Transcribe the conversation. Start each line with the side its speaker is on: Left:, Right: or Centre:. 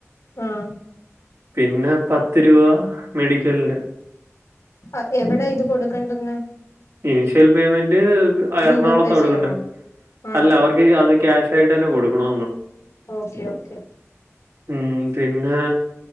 Left: ആഹ
Right: പിന്നെ പത്ത് രൂപ മെഡിക്കക്ൽന്റെ,
Left: അ എവിടാ ഇത് കൊടുക്കണ്ടുന്നെ
Right: ഇനിഷ്യൽ പേയ്മെന്റ്
Left: ഗൂഗിൾ
Right: എറണാകുളത്ത്
Left: പേ
Right: കൊടുക്കണ്ടേ,
Left: ചെയ്യണോ ആണോ
Right: അല്ല അവർക്ക് അത് ക്യാഷ ആയിട്ട് തന്നെ കൊടുക്കാണോന്ന്.
Left: ഓക്കെ ഓക്കെ
Right: ഉം പിന്നെ,